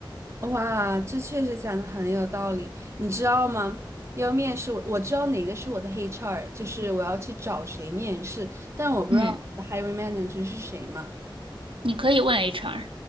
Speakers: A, on the right (about 30°); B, on the right (about 85°).
A: 哇，这确实讲的很有道理，你知道吗？要面试我，我知道哪个是我的 HR，就是我要去找谁面试，但我不知道我的
B: 嗯。
A: hiring manager 是谁嘛。
B: 你可以问 HR，